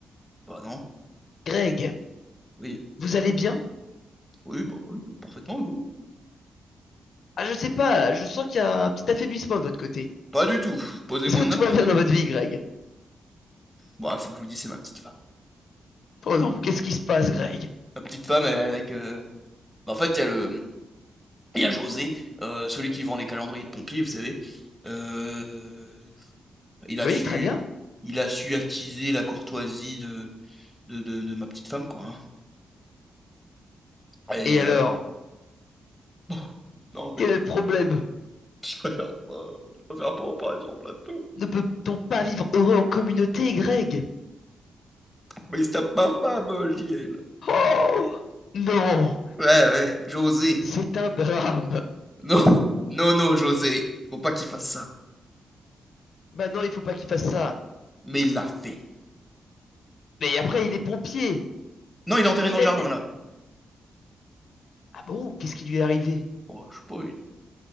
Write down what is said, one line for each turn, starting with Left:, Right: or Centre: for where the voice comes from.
Centre: Bah non,
Left: Greg,
Centre: oui,
Left: vous allez bien?
Centre: oui, bah oui, parfaitement, vous.
Left: Ah, je sais pas, là, je sens qu'il y a un petit affaiblissement de votre côté.
Centre: Pas du tout, posez-moi
Left: Est-ce que tout
Centre: n'importe
Left: va bien dans
Centre: quoi.
Left: votre vie, Greg
Centre: Bah, faut que je vous dise, c'est ma petite femme.
Left: Oh non, qu'est-ce qui se passe, Greg
Centre: la petite femme elle avec. euh, bah, en fait, il y a le, il y a José, euh, celui qui vend les calendriers de pompiers, vous savez. Euh, il a
Left: Oui,
Centre: su,
Left: très bien.
Centre: il a su attiser la courtoisie de, de, de- de ma petite femme, quoi. hein. Et
Left: Et
Centre: euh,
Left: alors
Centre: <laughs> bon, non mais
Left: Quel est le problème
Centre: je préfère pas, je préfère pas en parler sur le plateau.
Left: Ne peut-on pas vivre heureux en communauté, Greg
Centre: Mais il se tape ma femme, euh, JL.
Left: Oh Non
Centre: Ouais, ouais, José.
Left: C'est un drame
Centre: Non, <laughs> non, non, José. Faut pas qu'il fasse ça.
Left: Maintenant, il faut pas qu'il fasse ça.
Centre: Mais il l'a fait.
Left: Mais après, il est pompier.
Centre: Non,
Left: Il,
Centre: il est
Left: il
Centre: enterré dans le
Left: a...
Centre: jardin
Left: une-
Centre: là.
Left: Ah bon Qu'est-ce qui lui est arrivé
Centre: Oh, je sais pas, il est